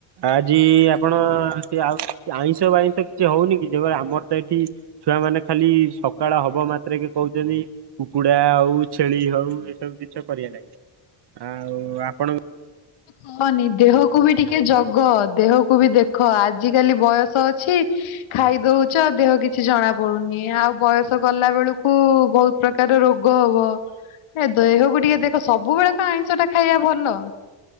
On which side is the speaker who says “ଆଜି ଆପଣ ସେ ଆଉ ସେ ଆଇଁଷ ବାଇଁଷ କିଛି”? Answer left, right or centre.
Right